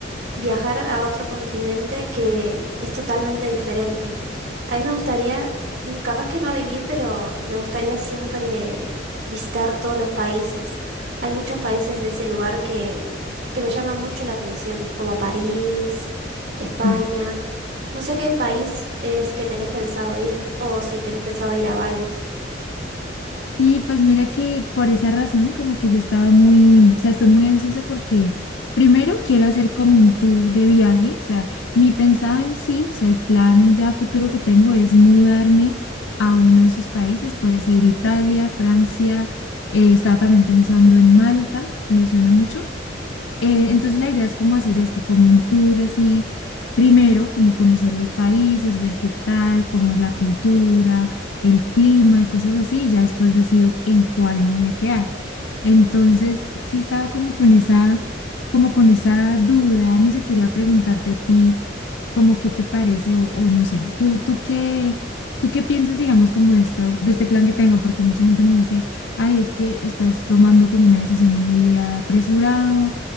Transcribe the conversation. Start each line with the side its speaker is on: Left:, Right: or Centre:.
Right: viajar a otro continente que es totalmente diferente. A mí me gustaría, n- capaz que no a vivir, pero me gustaría siempre visitar todos los países. Hay muchos países de ese lugar que, que me llaman mucho la atención, como París, España.
Left: Mm.
Right: No sé a qué país es que tenés pensado ir, o si tenés pensado ir a varios.
Left: Sí, pues mira que por esa razón, como que yo estaba muy, o sea, estoy muy ansiosa porque primero quiero hacer como un tour de viaje, o sea, mi pensado en sí, o sea, el plan ya futuro que tengo es mudarme a uno de esos países, puede ser Italia, Francia, eh, estaba también pensando en Malta, me suena mucho. Eh, entonces la idea es como hacer esto, como un tour así, primero como conocer los países, ver qué tal, cómo es la cultura, el clima y cosas así, y ya después decido en cuál me voy a quedar. Entonces sí estaba como con esa, como con esa duda, no sé, quería preguntarte a ti, como qué te parece o, o no sé, tú, tú qué... ¿Tú qué piensas, digamos, como de esto, de este plan que tengo? Porque mucha gente me dice, ay, es que estás tomando como una decisión muy apresurada,